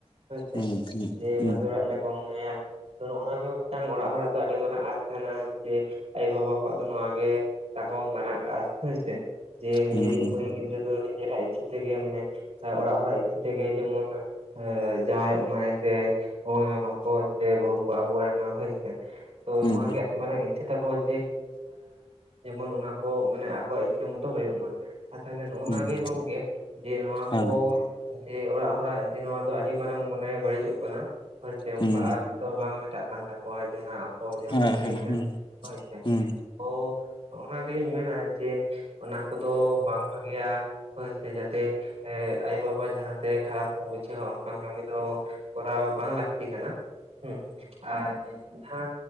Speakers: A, on the right; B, on the left.
A: ᱦᱳᱭ ᱥᱮ
B: ᱦᱩᱸ ᱦᱩᱸ
A: ᱡᱮ
B: ᱦᱩᱸ
A: ᱵᱷᱟᱜᱮ
B: ᱦᱩᱸ
A: ᱚᱲᱟᱜ ᱞᱮ ᱜᱚᱝ ᱢᱮᱭᱟ᱾ ᱛᱚ ᱱᱚᱜ ᱚᱭ ᱱᱚᱶᱟ ᱜᱮ ᱢᱤᱫ ᱴᱟᱝ ᱚᱲᱟᱜ ᱦᱚᱲᱟᱜ ᱫᱚ ᱟᱹᱰᱤ ᱢᱟᱨᱟᱝ ᱟᱸᱥ ᱛᱟᱦᱮᱱᱟ ᱡᱮ ᱟᱭᱳ-ᱵᱟᱵᱟ ᱠᱚ ᱫᱚ ᱱᱚᱶᱟ ᱜᱮ ᱛᱟᱠᱚ ᱢᱟᱨᱟᱝᱼᱟ ᱦᱳᱭ ᱥᱮ ᱡᱮ ᱱᱤᱡᱮᱨᱤᱡ
B: ᱦᱩᱸ ᱦᱩᱸ
A: ᱢᱟᱹᱭ ᱜᱤᱫᱽᱨᱟᱹ ᱫᱚ ᱱᱤᱡᱮᱨᱟᱜ ᱤᱪᱪᱷᱟᱹ ᱛᱮᱜᱮ ᱢᱟᱱᱮ ᱚᱲᱟᱜ ᱦᱚᱲᱟᱜ ᱤᱪᱪᱷᱟᱹ ᱛᱮᱜᱮ ᱡᱮᱢᱚᱱ ᱮ ᱡᱟᱶᱟᱭᱚᱸᱜ ᱢᱟᱭ ᱥᱮ ᱦᱳᱭ ᱟᱢ ᱠᱚ ᱥᱮ ᱵᱟᱹᱦᱩ ᱠᱚ ᱟᱜᱩ ᱟᱭᱢᱟ ᱥᱮ ᱛᱚ
B: ᱦᱩᱸ
A: ᱱᱚᱶᱟ ᱜᱮ ᱢᱟᱨᱟᱝ ᱤᱪᱪᱷᱟᱹ ᱛᱟᱠᱚᱣᱟ ᱡᱮ ᱡᱮᱢᱚᱱ ᱚᱱᱟ ᱠᱚ ᱢᱟᱱᱮ ᱟᱠᱚᱣᱟᱜ ᱥᱮ ᱢᱚᱛᱚ ᱦᱩᱭᱩᱜ ᱢᱟ, ᱛᱟᱦᱚᱞᱮ ᱱᱚᱜᱼᱱᱟ
B: ᱦᱩᱸ
A: ᱜᱮ
B: ᱦᱩᱸ ᱦᱩᱸ
A: ᱜᱚᱢᱠᱮ ᱡᱮ ᱱᱚᱣᱟ
B: ᱦᱮᱸ
A: ᱠᱚ ᱡᱮ ᱚᱲᱟᱜ ᱦᱚᱲᱟᱜ ᱡᱮ ᱱᱚᱣᱟ ᱫᱚ ᱟᱹᱰᱤ ᱢᱟᱨᱟᱝ ᱢᱚᱱᱮ ᱵᱟᱹᱲᱤᱡᱚᱜ ᱠᱟᱱᱟ ᱾ ᱦᱳᱭ ᱥᱮ ᱩᱱᱠᱩᱣᱟᱜ
B: ᱦᱩᱸ
A: ᱟᱥ ᱫᱚ ᱵᱟᱝ ᱢᱮᱴᱟᱜ ᱠᱟᱱ ᱛᱟᱠᱚᱣᱟ, ᱡᱟᱦᱟᱸ ᱟᱠᱚ ᱡᱟᱦᱟᱸ
B: ᱦᱮᱸ
A: ᱠᱚ ᱪᱟᱹᱭ
B: ᱦᱮᱸ
A: ᱫᱟ
B: ᱦᱩᱸ
A: ᱾ ᱦᱳᱭ ᱥᱮ
B: ᱦᱩᱸ
A: ᱛᱚ ᱚᱱᱟ ᱜᱮᱞᱤᱧ ᱢᱮᱱᱟ, ᱡᱮ ᱚᱱᱟ ᱠᱚᱫᱚ ᱵᱟᱝ ᱵᱷᱟᱜᱮᱭᱟ ᱾ ᱦᱳᱭ ᱥᱮ ᱡᱟᱛᱮ ᱮᱸ ᱟᱭᱳ ᱵᱟᱵᱟ ᱡᱟᱦᱟᱸᱛᱮ ᱠᱷᱟᱨᱟᱯ ᱠᱚ ᱵᱩᱡᱷᱟᱹᱣᱟ ᱚᱝᱠᱟᱱ ᱠᱟᱹᱢᱤ ᱫᱚ ᱠᱚᱨᱟᱣ ᱵᱟᱝ ᱞᱟᱹᱠᱛᱤ ᱠᱟᱱᱟ, ᱦᱩᱸ ᱟᱨ ᱡᱟᱦᱟᱸ